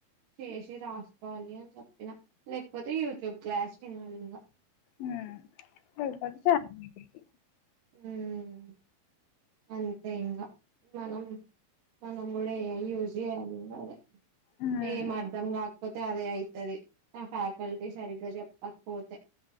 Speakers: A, on the right; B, on the left.
A: చేసి రాసుకోవాలి అని చెప్పిన లేకపోతే యూట్యూబ్ క్లాస్ వినాలింగ
B: హుమ్ <unintelligible>
A: హ్మ్ అంతే ఇంగ మనం మనం నేను కూడా యూస్ చేయాలి ఇంగ అదే
B: మ్మ్
A: ఏం అర్ధం కాకపోతే అదే అయితది ఆ ఫ్యాకల్టీ సరిగ్గా చెప్పకపోతే